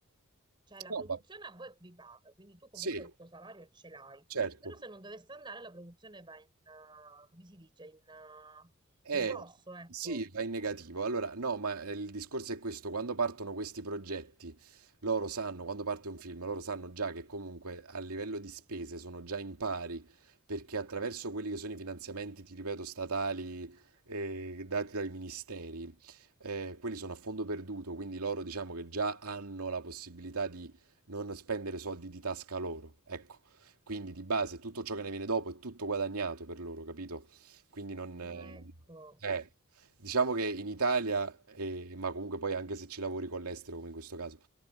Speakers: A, on the right; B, on the right.
A: cioè la
B: No,
A: produzione
B: va-
A: a voi vi paga, quindi tu comunque
B: Sì,
A: il tuo salario ce l'hai,
B: certo.
A: però se non dovesse andare la produzione va in, eh, come si dice, in, eh,
B: Eh,
A: in rosso, ecco.
B: sì, va in negativo. Allora, no, ma eh, il discorso è questo, quando partono questi progetti, loro sanno, quando parte un film, loro sanno già che comunque a livello di spese sono già in pari, perché attraverso quelli che sono i finanziamenti, ti ripeto, statali, eh, dati dai ministeri, eh, quelli sono a fondo perduto, quindi loro diciamo che già hanno la possibilità di non spendere soldi di tasca loro, ecco. Quindi di base tutto ciò che ne viene dopo è tutto guadagnato per loro, capito? Quindi non...
A: Ah,
B: Eh,
A: ecco.
B: eh, diciamo che in Italia, eh, ma comunque poi anche se ci lavori con l'estero, come in questo caso,